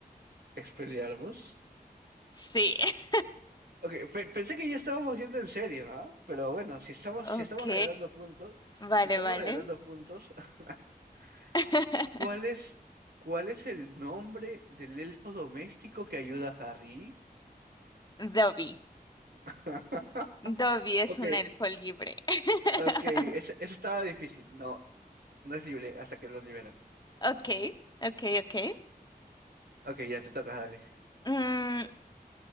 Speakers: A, on the right; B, on the left.
A: Expelliarmus.
B: Sí. <laughs>
A: Ok, pe- pensé que ya estábamos yendo en serio, ¿ah? Pero bueno, si estamos,
B: Ok.
A: si estamos regalando puntos,
B: Vale,
A: si estamos
B: vale.
A: regalando puntos, <laughs>
B: <laughs>
A: ¿cuál es, cuál es el nombre del elfo doméstico que ayuda a Harry?
B: Dobby.
A: <laughs>
B: Dobby es
A: Ok,
B: un elfo libre. <laughs>
A: ok, ese, ese estaba difícil, no, no es libre hasta que lo libera.
B: Ok, ok, ok.
A: Ok, ya te toca dale.
B: Mm,